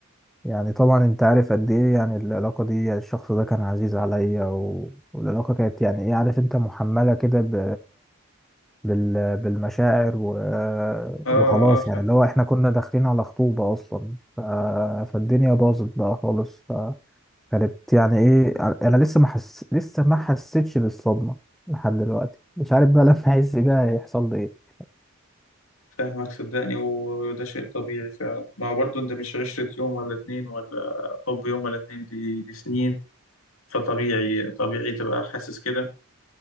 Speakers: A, in the centre; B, on the left.
A: يعني طبعا انت عارف قد ايه يعني العلاقه دي يعني الشخص ده كان عزيز عليا و... والعلاقه كانت يعني ايه عارف انت محمله كده ب... بال... بالمشاعر و...
B: اه
A: وخلاص
B: اه فاهمك
A: يعني اللي هو احنا كنا داخلين على خطوبه اصلا ف... فالدنيا باظت بقى خالص كانت يعني ايه انا لسه ما حس... لسه ما حسيتش بالصدمه لحد دلوقتي مش عارف بقى لما احس بيها هيحصل لي ايه
B: فاهمك صدقني وده شيء طبيعي فعلا ما هو برضه انت مش عشرة يوم ولا اتنين ولا حب يوم ولا اتنين دي, دي سنين فطبيعي طبيعي تبقى حاسس كده